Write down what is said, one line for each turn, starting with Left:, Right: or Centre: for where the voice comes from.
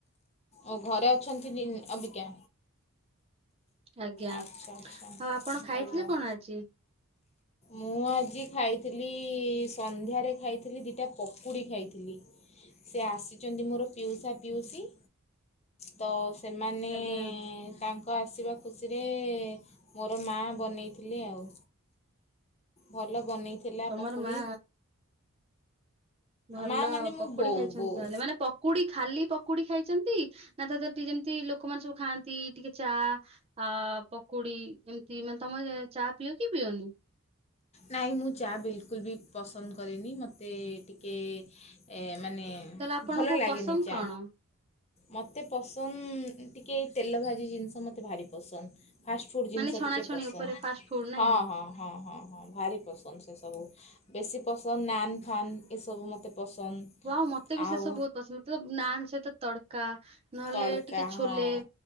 Left: ଓ ଘରେ ଅଛନ୍ତି ଅବିକା।
Right: ଆଜ୍ଞା। ଆଉ
Left: ଆଚ୍ଛା ଆଚ୍ଛା
Right: ଆପଣ ଖାଇଥିଲେ
Left: ଭଲ।
Right: କଣ ଆଜି?
Left: ମୁଁ ଆଜି ଖାଇଥିଲି ସନ୍ଧ୍ୟାରେ ଖାଇଥିଲି ଦିଟା ପକୁଡ଼ି ଖାଇଥିଲି। ସେ ଆସିଚନ୍ତି ମୋର ପିଉସା, ପିଉସି। ତ ସେମାନେ
Right: ଆଜ୍ଞା
Left: ତାଙ୍କ ଆସିବା ଖୁସିରେ ମୋର ମା ବନେଇଥିଲେ ଆଉ। ଭଲ ବନେଇଥିଲା
Right: ତମର
Left: ପକୁଡ଼ି।
Right: ମା ଭଲ
Left: ମା ମାନେ ମୋ
Right: ପକୁଡି
Left: ବୋଉ
Right: ଖାଇଚନ୍ତି
Left: ବୋଉ
Right: ତାହେଲେ ମାନେ ପକ କୁଡି ଖାଲି ପକୁଡି ଖାଇଚନ୍ତି ନା ତା ଧିଅରେ ଟିକେ ଯେମିତି ଲୋକମାନେ ସବୁ ଖାଆନ୍ତି ଟିକେ ଚା ଆ ପକୁଡି ଏମିତି ମାନେ ତମେ ଚା ପିଅ କି ପିଅନି?
Left: ନାଇଁ ମୁଁ ଚା ବିଲକୁଲ୍ ବି ପସନ୍ଦ କରେନି। ମୋତେ ଟିକେ ଏ ମାନେ
Right: ତାହେଲେ ଆପଣଙ୍କୁ
Left: ଭଲ ଲାଗେନି
Right: ପସନ୍ଦ
Left: ଚା।
Right: କଣ?
Left: ମୋତେ ପସନ୍ଦ ଟିକେ ତେଲ ଭାଜି ଜିନିଷ ମତେ ଭାରି ପସନ୍ଦ। ଫାଷ୍ଟ ଫୁଡ଼୍ ଜିନିଷ
Right: ମାନେ ଛଣାଛଣି
Left: ଟିକେ ପସନ୍ଦ।
Right: ଉପରେ ଫାଷ୍ଟ ଫୁଡ ନାଇଁ?
Left: ହଁ ହଁ ହଁ ହଁ ହଁ ଭାରି ପସନ୍ଦ ସେ ସବୁ ବେଶୀ ପସନ୍ଦ ନାନ ଫାନ୍ ଏସବୁ ମତେ ପସନ୍ଦ।
Right: ହ ମତେ ବି
Left: ଆଉ
Right: ସେ ସବୁ ବହୁତ ପସନ୍ଦ। ମ ନାନ୍ ସହିତ ତଡକା ନହେଲେ
Left: ତଡ଼କା
Right: ଟିକେ ଛୋଲେ।
Left: ହଁ